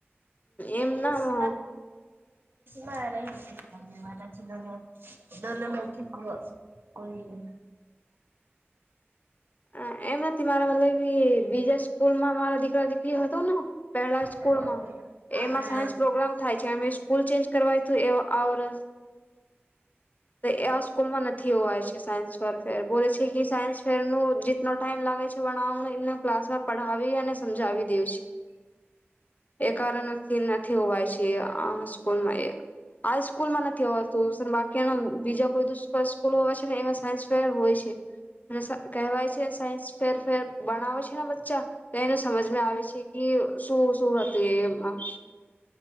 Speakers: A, on the left; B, on the right.
A: એમ
B: ઇ્ગલીશ
A: ના
B: માં ઇંગ્લશ વા <inaudible> દો નો મે થી ક કોઈ નઇ
A: હ એમ નથી મારા મતલબ કી બીજા સ્કૂલમાં અમારા દીકરા દીકરી હતું ને પહેલા સ્કૂલમાં
B: હા.
A: એમાં સાયન્સ પ્રોગ્રામ થાય છે અમે સ્કૂલ ચેન્જ કરવાય તું એ આ વરસ તો આ સ્કૂલમાં નથી હોવાય છે સાયન્સ ફર ફેર બોલે છે કે સાયન્સ ફેર નું જેટનો ટાઈમ લાગે છે વણાવવાનું એમને ક્લાસમાં પઢાવી અને સમજાવી <inaudible> એ કારણથી નથી‌ હોવાયસે આ સ્કૂલ એ આ સ્કૂલમાં નથી હોવાતું બાકીના બીજા વધુ સ્પર્શ કોલો છે ને એમાં સાન્સ ફેર હોય છે. કહેવાય છે સાયન્સ ફેરફેર બણાવે છે ને બચ્ચા તો એને સમજમાં આવે છે કે શું શું હતું એમાં